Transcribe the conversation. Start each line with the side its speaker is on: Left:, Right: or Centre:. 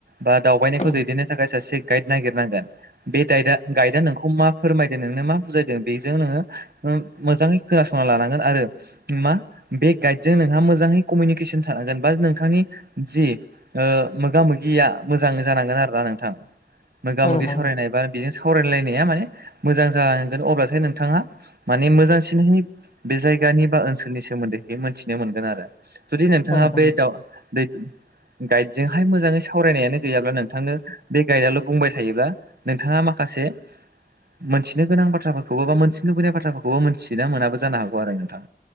Right: बा दावबायनायखौ
Left: औ
Right: दैदेननो थाखाय सासे गाइद नागिरनांगोन बे गाइआ गाइदा नोंखौ मा फोरमायदों नोंनो मा बुजायदों बेजों ओ मोजाङै खोनासंना लानांगोन आरो मा बे गाइडजों नोंहा मोजाङै कमिउनिकेसन थानांगोन बा नोंथांनि जि ओ मोगा मोगिया मोजांङैजानांगोन आरोना नोंथां मोगा
Left: औ नोंथां औ नोंथां औ
Right: मोगि
Left: नोंथां
Right: सावरायनाय बा बेजों सावरायलायनाया माने मोजां जालांगोन अब्लासो नोंथाङा माने मोजांसिनहै बे जायगानि बा ओनसोलनि सोमोन्दैहै मोनथिनो मोनगोन आरो जुदि नोंथाङा
Left: औ नोंथां औ नोंथां
Right: बे
Left: औ नोंथां औ नोंथां औ नोंथां औ नोंथां औ नोंथां औ नोंथां औ
Right: दा दै गाइडजोंहाय मोजाङै सावरायनायानो गैयाब्ला नोंथांनो बे गाइदआल' बुंबाय थायोब्ला नोंथाङा माखासे मोनथिनो गोनां बाथ्राफोरखौबो बा मोनन्थिनो लुबैनाय बाथ्राफोरखौबो मोनथिना मोनाबो जानो हागौ आरो नोंथां